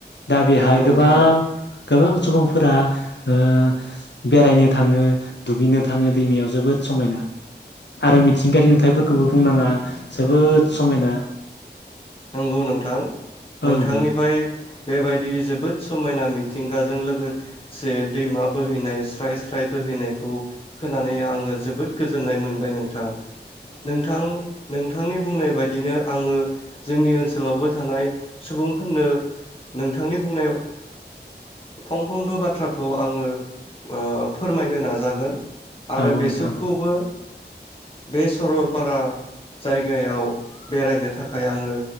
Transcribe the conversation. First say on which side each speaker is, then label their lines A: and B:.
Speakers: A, on the left; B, on the left.
A: दा बेहाय
B: नंगौ
A: गोबां
B: नोंथां
A: गोबां सुबुंफोरा ओ बेरायनो थाङो दुगैनो थाङो दैमायाव जोबोद समायना आरो मिथिंगायारि नुथायफोरखौबो बुंनाङा जोबोद समायना।
B: नंगौ नोंथां।
A: औ
B: नोंथांनिफाय
A: नोंथां
B: बेबायदि जोबोद समायना मिथिंगाजों लोगोसे दैमा बोहैनाय स्राय स्राय बोहैनायखौ खोनानै आङो जोबोद गोजोननाय मोनबाय नोंथां। नोंथां नों थांनि बुंनाय बायदिनो आङो जोंनि ओनसोलावबो थानाय सुबुंफोरनो नोंथांनि बुंनायाव फंफ्रोमबो बाथ्राखौ आङो ओ फोरमायनो नाजागोन। आरो
A: औ
B: बेसरखौबो
A: नोंथां
B: बे सरलपारा जायगायाव बेरायनो थाखाय आङो